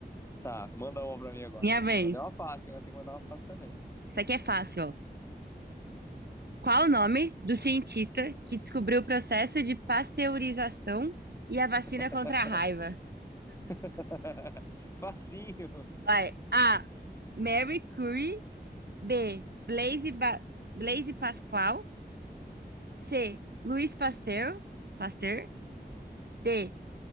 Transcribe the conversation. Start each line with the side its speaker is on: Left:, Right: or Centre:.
Left: Tá, manda uma pra mim agora.
Right: Minha vez.
Left: Eu mandei uma fácil, agora você tem que mandar uma fácil também.
Right: Isso aqui é fácil, ó. Qual o nome do cientista que descobriu o processo de pasteurização e a vacina
Left: <laughs>
Right: contra a raiva?
Left: <laughs> Facinho.
Right: Vai. A. Mary Curie. B. Blaise, ba Blaise Pascal. C. Louis Pasteur. Pasteur. D.